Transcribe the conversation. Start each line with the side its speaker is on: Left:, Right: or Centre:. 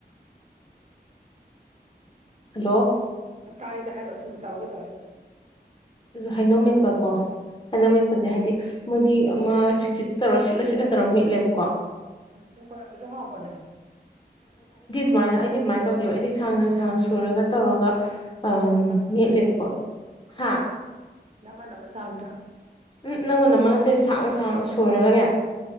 Right: ꯎ
Left: ꯍꯜꯂꯣ
Right: ꯆꯥꯏꯗ ꯍꯥꯏꯔꯛꯑꯣ ꯁꯤꯃ ꯆꯥꯎꯒꯗꯕ ꯍꯥꯏꯅ
Left: ꯍꯩꯅꯧꯃꯦꯠꯇ ꯀꯣ ꯍꯥꯏꯅ ꯃꯦꯠꯄꯁꯦ ꯍꯥꯏꯗꯤ ꯃꯣꯏꯗꯤ ꯑꯃ ꯁꯤꯆꯠ ꯇꯧꯔ ꯁꯤꯠꯂ ꯁꯤꯠꯂ ꯇꯧꯔ ꯃꯦꯠꯂꯦꯕꯀꯣ
Right: ꯎꯝ ꯀꯣꯏꯕꯖ ꯍꯕꯅꯦ
Left: ꯁꯨꯃꯥꯏꯅ ꯑꯩꯗꯤ ꯑꯗꯨꯃꯥꯏꯅ ꯇꯧꯗꯦꯕ ꯑꯩꯗꯤ ꯁꯥꯡꯅ ꯁꯥꯡꯅ ꯁꯣꯏꯨꯔꯒ ꯇꯧꯔꯒ ꯎ
Right: ꯅꯝꯃ ꯅꯝꯃ
Left: ꯃꯦꯠꯂꯦꯕꯀꯣ ꯍꯥ
Right: ꯅꯃ ꯅꯃ ꯁꯥꯥꯕꯗ
Left: ꯎꯝ ꯅꯃ ꯅꯃ ꯅꯠꯇꯦ ꯁꯥꯡꯅ ꯁꯥꯡꯅ ꯁꯣꯏꯔꯒꯅꯦ